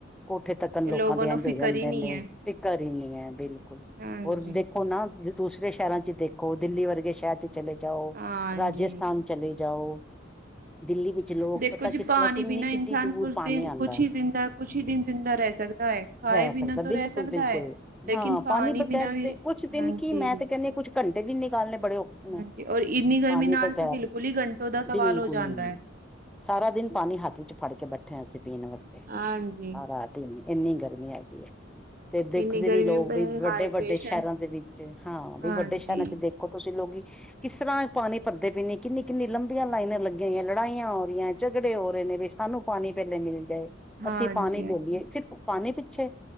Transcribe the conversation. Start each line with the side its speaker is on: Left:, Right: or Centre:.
Centre: ਕੋਠੇ ਤੱਕਣ
Right: ਤੇ
Centre: ਲੋਕਾਂ
Right: ਲੋਗੋ
Centre: ਦੇ
Right: ਨੂੰ
Centre: ਏਂਝ
Right: ਫਿਕਰ
Centre: ਹੋ ਜਾਂਦੇ
Right: ਹੀ ਨਹੀਂ
Centre: ਨੇ,
Right: ਹੈ
Centre: ਫਿਕਰ ਈ ਨੀ ਏ। ਬਿਲਕੁਲ,
Right: ਹਾਂਜੀ
Centre: ਹੋਰ ਤੁਸੀਂ ਦੇਖੋ ਨਾ, ਦੂਸਰੇ ਸ਼ਹਿਰਾਂ ਇੱਚ ਦੇਖੋ, ਦਿੱਲੀ ਵਰਗੇ ਸ਼ਹਿਰ ਚ ਚਲੇ ਜਾਓ,
Right: ਹਾਂਜੀ
Centre: ਰਾਜਸਥਾਨ ਚਲੇ ਜਾਓ ਦਿੱਲੀ ਵਿੱਚ ਲੋਕ
Right: ਦੇਖੋ
Centre: ਪਤਾ
Right: ਜੀ
Centre: ਕਿਸ
Right: ਪਾਣੀ
Centre: ਤਰ੍ਹਾਂ, ਕਿੰਨੀ
Right: ਬਿਨਾਂ
Centre: ਕਿਡੀ
Right: ਇਨਸਾਨ
Centre: ਦੂਰ
Right: ਕੁਛ
Centre: ਪਾਣੀ
Right: ਦਿਨ
Centre: ਆਂਦਾ
Right: ਕੁਛ
Centre: ਐ।
Right: ਹੀ ਜ਼ਿੰਦਾ ਕੁਛ ਹੀ ਦਿਨ ਜ਼ਿੰਦਾ ਰਹਿ ਸਕਦਾ ਹੈ ਖਾਏ
Centre: ਰਹਿ ਸਕਦਾ,
Right: ਬਿਨਾਂ ਤੋਂ
Centre: ਬਿਲਕੁਲ
Right: ਰਹਿ ਸਕਦਾ
Centre: ਬਿਲਕੁਲ।
Right: ਹੈ ਲੇਕਿਨ
Centre: ਹਾਂ, ਪਾਣੀ ਬਗੈਰ
Right: ਬਿਨਾਂ ਵੀ
Centre: ਤੇ ਕੁਛ ਦਿਨ
Right: ਹਾਂਜੀ
Centre: ਕੀ ਮੈਂ ਤੇ ਕਹਿੰਨੀ ਆਂ, ਕੁਛ ਘੰਟੇ ਵੀ ਨਿਕਾਲਨੇ ਬ ਬੜੇ ਔਖੇ ਨੇ,
Right: ਹਾਂਜੀ ਔਰ ਇੰਨੀ ਗਰਮੀ
Centre: ਪਾਣੀ
Right: ਨਾਲ
Centre: ਬਗੈਰ।
Right: ਤਾਂ ਬਿਲਕੁਲ ਹੀ ਘੰਟੋਂ ਦਾ ਸਵਾਲ
Centre: ਬਿਲਕੁਲ।
Right: ਹੋ ਜਾਂਦਾ ਹੈ
Centre: ਸਾਰਾ ਦਿਨ ਪਾਣੀ ਹੱਥ ਵਿੱਚ ਫੜ ਕੇ ਬੈਠੇ ਆ ਅਸੀਂ, ਪੀਣ ਵਸਤੇ।
Right: ਹਾਂਜੀ
Centre: ਸਾਰਾ ਦਿਨ ਈ ਇੰਨੀ ਗਰਮੀ ਹੈਗੀ ਐ, ਤੇ ਦੇਖਦੇ
Right: ਇੰਨੀ ਗਰਮੀ
Centre: ਨੀ ਲੋਕ
Right: ਪ
Centre: ਵੀ ਵੱਡੇ
Right: ਹਾਈਡ੍ਰੇਸ਼ਨ
Centre: ਵੱਡੇ ਸ਼ਹਿਰਾਂ ਦੇ ਵਿੱ ਤੇ ਹਾਂ ਵੀ
Right: ਹਾਂਜੀ
Centre: ਵੱਡੇ ਸ਼ਹਿਰਾਂ ਚ ਦੇਖੋ ਤੁਸੀਂ ਲੋਗ ਈ ਕਿਸ ਤਰਾਂ ਪਾਨੀ ਭਰਦੇ ਪਏ ਨੇ, ਕਿੰਨੀ ਕਿੰਨੀ ਲੰਬੀਆਂ ਲਾਈਨਾ ਲੱਗੀਆ ਹੋਈਐ, ਲੜਾਈਆਂ ਹੋ ਰਈਐ ਝਗੜੇ ਹੋ ਰਏ ਨੇ ਬੀ ਸਾਨੂੰ ਪਾਨੀ ਪੈਲੇ ਮਿਲ ਜਏ,
Right: ਹਾਂਜੀ
Centre: ਅਸੀਂ ਪਾਨੀ ਲੈ
Right: ਹਾਂਜੀ
Centre: ਲਈਏ, ਸਿਰਫ ਪਾਣੀ ਪਿੱਛੇ।